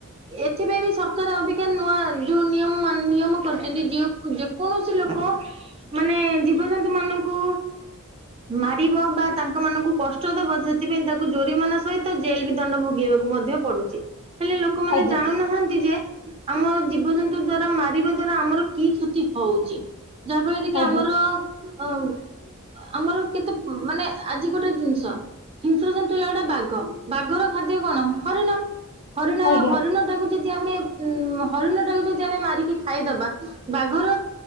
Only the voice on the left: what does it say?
ଆଜ୍ଞା
ଆଜ୍ଞା
ଆଜ୍ଞା